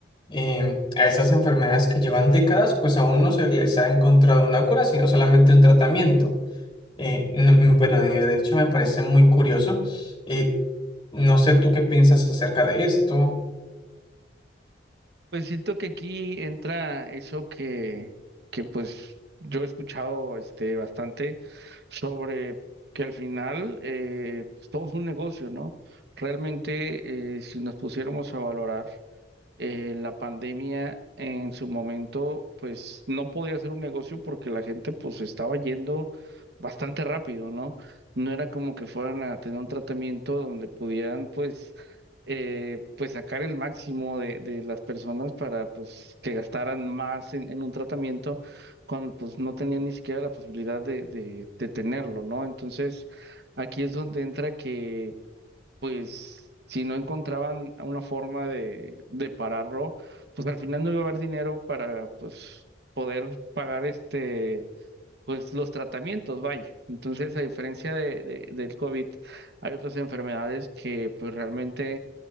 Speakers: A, on the left; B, on the right.
A: Em, a estas enfermedades que llevan décadas, pues aún no se les ha encontrado una cura, sino solamente un tratamiento. Eh, no- mm, bueno, de hecho me parece muy curioso. Eh, no sé tú qué piensas acerca de esto.
B: Pues siento que aquí entra eso que, que pues yo he escuchado este bastante sobre que al final eh, pues, todo es un negocio, ¿no? Realmente eh, si nos pusiéramos a valorar eh, la pandemia en su momento, pues no podía hacer un negocio porque la gente pues estaba yendo bastante rápido, ¿no? No era como que fueran a tener un tratamiento donde pudieran pues, eh, pues sacar el máximo de, de las personas para pues que gastaran más en, en un tratamiento cuando pues no tenían ni siquiera la posibilidad de, de, de tenerlo, ¿no? Entonces, aquí es donde entra que pues si no encontraban una forma de, de pararlo, pues al final no iba a haber dinero para pues poder pagar este pues los tratamientos, vaya. Entonces, a diferencia de, de- del COVID, hay otras enfermedades que pues realmente